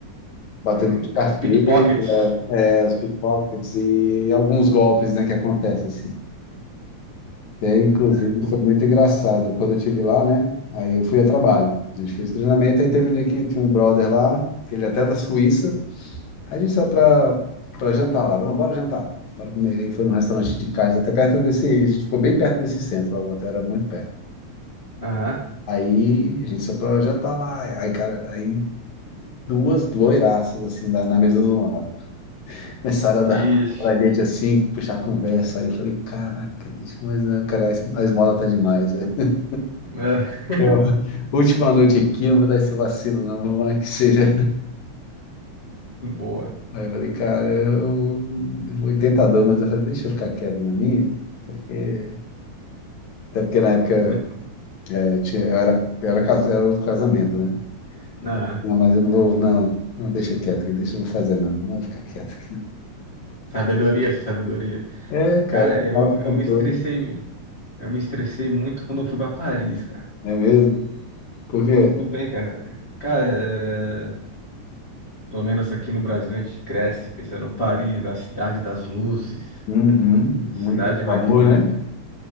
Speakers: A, on the left; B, on the left.
A: batedor
B: Hum,
A: de carteira,
B: é os pickpockets.
A: é, os pickpockets e alguns golpes, né, que acontecem assim. Até, inclusive,
B: É, o-
A: foi muito engraçado. Quando eu estive lá, né, aí eu fui a trabalho. A gente fez treinamento, aí teve um dia que tinha um brother lá, que ele é até da Suíça, aí a gente saiu para para jantar lá. Não, bora jantar, bora comer. Aí foi num restaurante de casa, até perto desse, a gente ficou bem perto desse centro, lá, o hotel era muito perto.
B: Aham.
A: Aí a gente só pra jantar lá. Aí, cara, aí duas loiraças, assim, na, na mesa do lado. Começaram a dar
B: Ixi.
A: pra gente, assim, puxar conversa. Aí eu falei, caraca, bicho, mas, não, cara, a es- a esmola tá demais. <laughs>
B: É. <laughs>
A: Eu, última noite aqui, eu não vou dar esse vacilo, não, por mais que seja.
B: Boa.
A: Aí eu falei, cara, eu, eu fui tentador, mas eu falei, deixa eu ficar quieto na minha. Porque, até porque na época
B: Muito.
A: eu, tinha, eu era, eu era, cas- era do casamento, né?
B: Aham.
A: Não, mas eu não vou, não, não, deixa quieto, que deixa eu não vou fazer nada, não, fica quieto.
B: Sabedoria, sabedoria.
A: É, cara,
B: Cara, eu,
A: autocontrole.
B: eu me estressei. Eu me estressei muito quando eu fui pra Paris, cara.
A: É, é mesmo? Porque,
B: Tudo bem, cara. Cara, é, pelo menos aqui no Brasil a gente cresce pensando em Paris, a cidade das luzes,
A: uhum, muito
B: cidade magnífica.
A: amor, né?